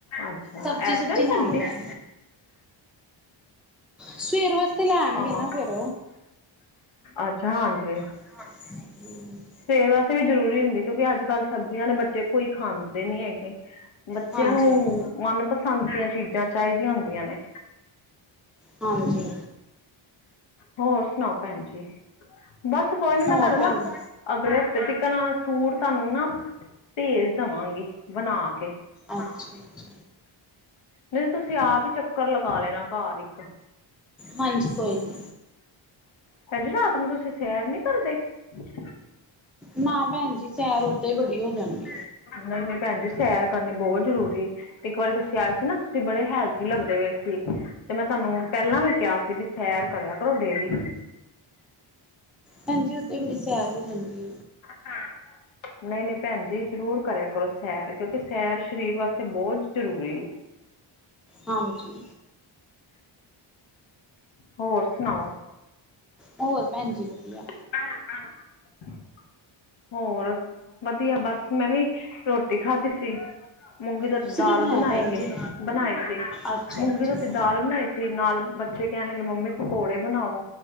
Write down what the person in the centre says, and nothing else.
ਸਬਜ਼ੀ
ਸੁਬਜੀ
ਲਾ
ਰ ਸਵੇਰ ਵਾਸਤੇ ਲੈਣਗੇ
ਨਾ ਫੇਰ
ਹ
ਹਾਂਜੀ
ਹਾਂਜੀ
ਹਾਂਜੀ
ਹੋਰ
ਭੈਣ
ਅੱਛਾ ਅੱਛਾ
ਹਾਂਜੀ, ਕੋਈ ਨਹੀਂ।
ਨਾ ਭੈਣ ਜੀ, ਸੈਰ ਓਦਾਂ ਹੀ ਬੜੀ ਹੋ ਜਾਂਦੀ।
ਭੈਣ ਜੀ, ਉਥੇ ਬੜੀ ਸੈਰ ਹੋ ਜਾਂਦੀ।
ਹਾਂਜੀ।
ਹੋਰ, ਭੈਣ ਜੀ ਵਧੀਆ।
ਤੁਸੀਂ
ਕੀ ਬਣਾਇਆ
ਭੈਣ
ਜੀ
ਅੱਛਾ
ਅੱਛਾ